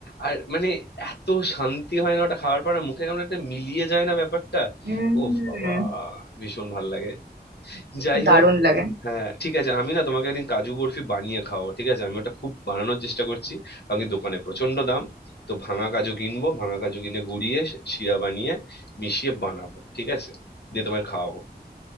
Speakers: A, on the left; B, on the right.
A: আর মানে এত শান্তি হয় না ওটা খাওয়ার পর আর মুখে কেমন একটা মিলিয়ে যায় না ব্যাপারটা
B: উম
A: ওফ বাবা ভীষণ ভাল লাগে যাই
B: দারুণ
A: হোক
B: লাগে
A: হ্যাঁ ঠিক আছে আমি না তোমাকে একদিন কাজু বরফি বানিয়ে খাওয়াবো ঠিক আছে আমি ওটা খুব বানানোর চেষ্টা করছি কারণ কি দোকানে প্রচন্ড দাম তো ভাঙা কাজু কিনবো ভাঙা কাজু কিনে গুঁড়িয়ে শ- শিরা বানিয়ে মিশিয়ে বানাবো ঠিক আছে দিয়ে তোমায় খাওয়াবো